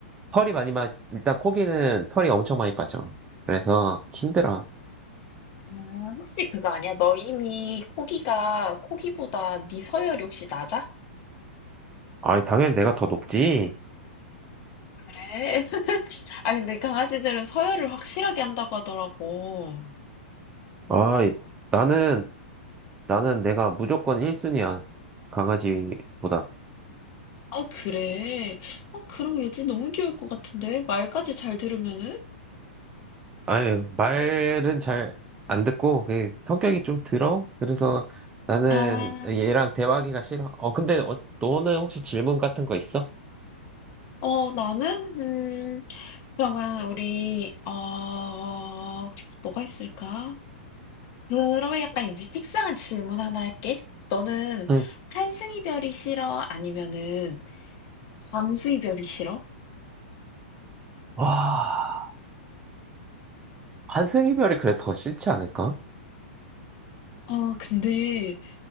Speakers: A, on the right (about 15°); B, on the left (about 40°).
A: 털이 많이 마, 일단 코기는 털이 엄청 많이 빠져. 그래서 힘들어.
B: 아, 혹시 그거 아니야? 너 이미 코기가 코기보다 네 서열이 혹시 낮아?
A: 아, 당연히 내가 더 높지.
B: 그래? <laughs> 아 근데 강아지들은 서열을 확실하게 한다고 하더라고.
A: 아, 나는, 나는 내가 무조건 1순위야. 강아지보다.
B: 아 그래? 아 그럼 왠지 너무 귀여울 것 같은데 말까지 잘 들으면은?
A: 아유, 말은 잘 안 듣고, 그, 성격이 좀 들어? 그래서 나는
B: 아,
A: 얘랑 대화하기가 싫어. 어, 근데 어, 너는 혹시 질문 같은 거 있어?
B: 어 나는 음 그러면 우리 어 뭐가 있을까? 그러면 약간 이제 식상한 질문 하나 할게. 너는
A: 응.
B: 환승이별이 싫어? 아니면은 잠수이별이 싫어?
A: 와, 환승 이별이 그래 더 싫지 않을까?
B: 아 근데